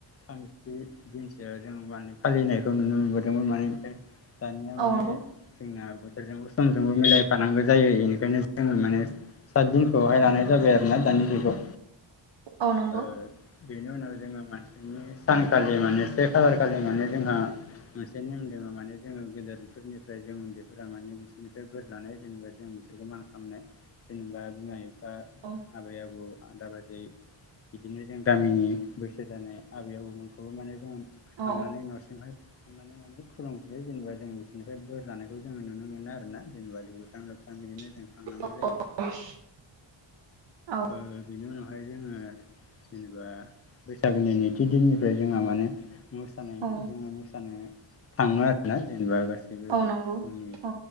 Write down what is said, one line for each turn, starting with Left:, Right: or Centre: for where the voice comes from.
Left: थामजि दिनसो जों माने फालिनायखौ नुनो मोनबोदोंमोन माने <unintelligible> दानिया
Right: औ
Left: माने
Right: नंगौ
Left: जोंना बोथोरजों समजोंबो मिलायफानांगौ जायो इनिखायनो जोङो माने सात दिनखौहाय लानाय जाबाय आरोना दानि जुगाव
Right: औ नंगौ
Left: ओ बेनि उनाव जोङो मानसिनि माने सानखालि माने से खालार खालि माने जोंहा मोनसे नेम दोङो माने जोङो गदेर फोरनिफ्राय जों उन्दैफोरा माने बिसोरनि से बोर लानाय जेनेबा जों बिसोरखौ मान खामनाय जेनेबा बिमा बि फा
Right: औ
Left: आबै आबौ आदा बाजै इदिनो जों गामिनि बैसो जानाय आबै आबौमोनखौ माने जों
Right: औ
Left: थांनानै न' बेवहाय थांनानै माने खुलुमहैयो जेनेबा जों बिसिनिफ्राय बोर लानायखौ जो नुनो मोनो आर ना जेनेबा दुगैस्रां लोबस्रां बिदिनो
Right: <unintelligible>
Left: थांनांगौ जायो
Right: औ
Left: ओ बेनि उनाव फाय जोङो जेनेबा बैसागोनि नैथि दिननिफ्राय जोंहा माने मोसानाय
Right: औ
Left: जोङो मोसानो थाङो आरोना जेनेबा गासिबो
Right: औ नंगौ
Left: जोंनि
Right: औ